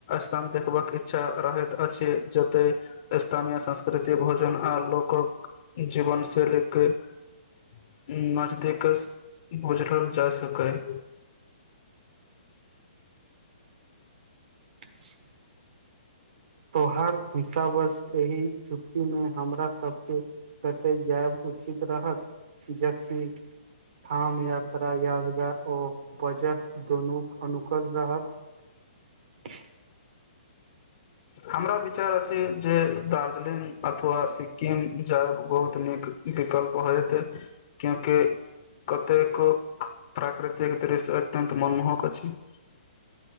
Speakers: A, on the left; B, on the right.
A: स्थान देखबके इच्छा रहैत अछि। जतय स्थानीय संस्कृति भोजन आ लोकक जीव <unintelligible> भोझलल जा सकय
B: <unintelligible> तो हर हिसाबसे एहि छुट्टी मे हमरा सबके कतऽ जायब उचित रहत जबकि ठाम यात्रा यादगार ओ बजट दोनो अनुकूल रहत
A: हमरा विचार अछि जे दार्जिलिंग अथवा सिक्किम जायब बहुत नीक विकल्प होयतै क्यूकि कतेको प्राकृतिक दृश्य अत्यन्त मनमोहक अछि <inaudible>